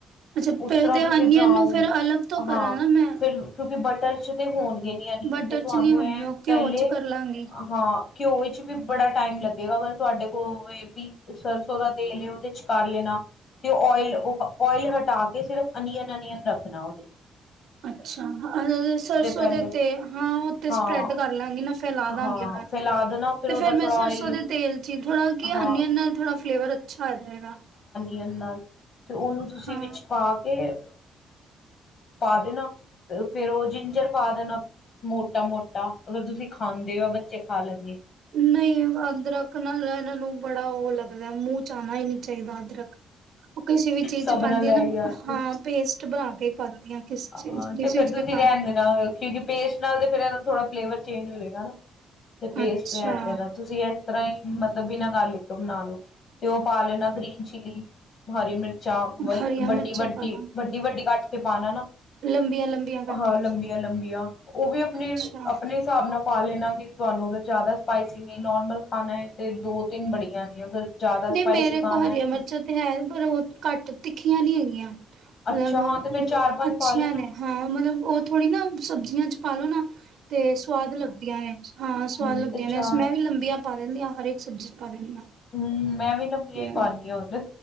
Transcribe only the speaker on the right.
ਅੱਛਾ
ਤੇ
ਅਨੀਅਨ
ਨੂੰ ਫੇਰ ਅਲੱਗ ਤੋਂ ਕਰਾਂ
ਨਾ ਮੈਂ
ਬਟਰ
ਚ ਨੀ ਹੋਣਗੇ
ਉਹ
ਘਿਓ ਚ ਕਰ ਲਾਂਗੀ।
ਅੱਛਾ ਸਰ।
ਉਹਦੇ ਤੇ ਹਾਂ ਉਹਤੇ
ਸਪਰੈਡ ਕਰ ਲਾਂਗੀ ਨਾ ਫੈਲਾ ਦਾਂਗੀ
ਉਹਨਾਂ ਨੂੰ
ਤੇ
ਫੇਰ ਮੈਂ
ਸਰਸੋ
ਉਹਦੇ ਤੇਲ ਚ ਹੀ ਥੋੜ੍ਹਾ ਕਿ
ਅਨੀਅਨ ਨਾਲ ਥੋੜ੍ਹਾ ਫਲੇਵਰ ਅੱਛਾ ਆ ਜਾਏਗਾ।
ਹਾਂ
ਨਹੀਂ ਅੰਦਰ ਅਕਲ ਇਹਨਾਂ ਨੂੰ ਬੜਾ ਉਹ ਲੱਗਦਾ ਮੂੰਹ ਚ ਆਉਣਾ ਹੀ। ਚਾਹੀਦਾ ਅਦਰਕ ਉਹ ਕਿਸੇ ਵੀ ਚੀਜ਼
ਪਾਉਂਦੀ
ਆ
ਨਾ
ਹਾਂ ਪੇਸਟ ਬਣਾ ਕੇ ਪਾਉਂਦੀ ਕਿਸ ਚੀਜ਼
ਜਿਸ
ਵਿੱਚ
ਵੀ ਪਾਉਣਾ
ਅੱਛਾ
ਹਰੀਆਂ
ਮਿਰਚਾਂ ਪਾਣਾ
ਲੰਬੀਆਂ ਲੰਬੀਆਂ ਕੱਟ
ਕੇ
ਅੱਛਾ
ਨਹੀਂ ਮੇਰੇ
ਹਰੀਆਂ
ਮਿਰਚਾਂ ਤੇ ਹੈ ਪਰ ਉਹ ਘੱਟ ਤਿੱਖੀਆਂ ਨੀ ਹੈਗੀਆਂ। ਮਤਲਬ
ਅੱਛੀਆਂ
ਨੇ ਹਾਂ ਮਤਲਬ ਉਹ ਥੋੜ੍ਹੀ ਨਾ ਸਬਜ਼ੀਆਂ 'ਚ ਪਾਲੋ ਨਾ। ਤੇ ਸਵਾਦ ਲੱਗਦੀਆਂ ਨੇ ਹਾਂ ਸਵਾਦ
ਲੱਗਦੀਆਂ
ਨੇ ਮੈਂ ਵੀ ਲੰਬੀਆਂ ਪਾ ਦਿੰਦੀ ਹਾਂ ਹਰੇਕ ਸਬਜ਼ੀ 'ਚ ਪਾ ਦਿੰਦੀ ਹਾਂ।
ਤੇ